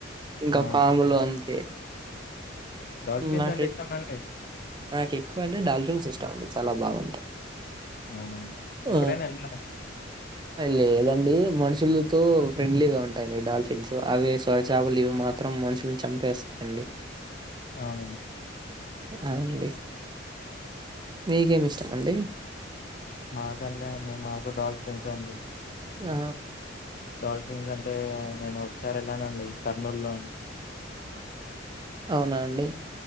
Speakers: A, on the right (about 25°); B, on the left (about 50°).
A: ఇంక
B: ఆ!
A: పాములు అంతే
B: డాల్ఫిన్స్
A: నాకై
B: అంటే ఇష్టామండి
A: నాకు ఎక్కువ అంటే డాల్ఫిన్స్ ఇష్టం అండి చాల బాగుంటాయి
B: అవునండి.
A: ఆ
B: ఎప్పుడైనా ఎళ్ళారా?
A: లేదండి మనుషులతో ఫ్రెండ్లీగ ఉంటా <unintelligible> డాల్ఫిన్స్ అవి స్వరచాపలు ఇవి మాత్రం మాత్రరం మనుషులను చంపేస్తాండి
B: అవునం
A: అండి మీకేమి ఇష్టమండి
B: మాకండి అంటే మాకు డాల్ ఫ్రెన్డ్స్ అండి
A: ఆ
B: డోల్ఫిన్స్ అంటే నేను ఒకసారి వెళ్ళానండి కర్నూలులో
A: అవునా అండి